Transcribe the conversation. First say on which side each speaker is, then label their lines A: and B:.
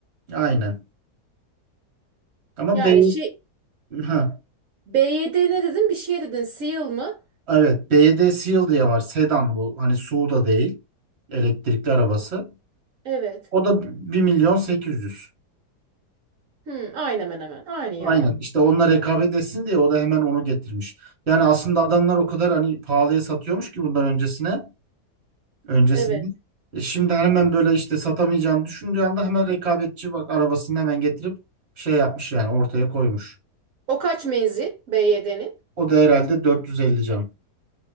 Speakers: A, on the right (about 40°); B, on the right (about 60°).
A: Aynen. Ama
B: Yani
A: B
B: şey
A: ha,
B: BYD ne dedin? Bir şey dedin. Seal mı?
A: evet BYD Seal diye var. Sedan bu. Hani SUV da değil. Elektrikli arabası.
B: Evet.
A: O da bir milyon sekiz yüz.
B: Hmm, aynı hemen hemen. Aynı yani.
A: Aynen işte onunla rekabet etsin diye o da hemen onu getirmiş. Yani aslında adamlar o kadar hani pahalıya satıyormuş ki bundan öncesine öncesinde.
B: Evet.
A: E şimdi hemen böyle işte satamayacağını düşündüğü anda hemen rekabetçi bak arabasını hemen getirip şey yapmış yani ortaya koymuş.
B: O kaç menzil BYD'nin?
A: O da herhalde 450 can.